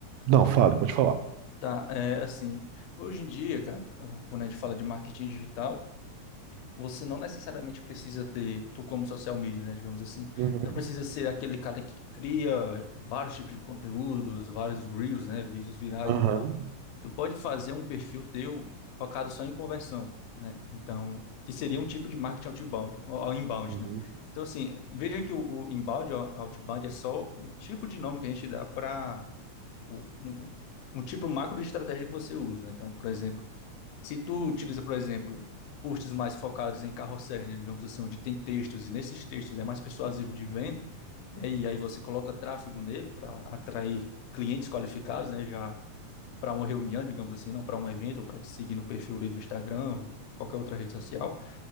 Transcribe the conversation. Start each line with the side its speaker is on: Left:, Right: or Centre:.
Right: não, fale, pode falar.
Left: tá. É assim, hoje em dia, cara, hum, quando a gente fala de marketing digital, você não necessariamente precisa ter, tu como social media, né, digamos assim,
Right: Uhum.
Left: tu não precisa ser aquele cara que cria vários tipos de conteúdos, vários reels, né, vídeos virais
Right: Aham.
Left: e tal. tu pode fazer um perfil teu focado só em conversão, né? Então, que seria um tipo de marketing outbound, ou ou inbound,
Right: Uhum.
Left: né? Então, assim, veja que o, o inbound, o outbound é só um tipo de nome que a gente dá para um, um tipo macro de estratégia que você usa, né? Então, por exemplo, se tu utiliza, por exemplo, posts mais focados em carrosséis, né, digamos assim, onde tem textos e nesses textos é mais persuasivo de venda, né? E aí você coloca tráfego nele para atrair clientes qualificados, né? Já para uma reunião, digamos assim, não para um evento ou para te seguir no perfil ali do Instagram ou de qualquer outra rede social,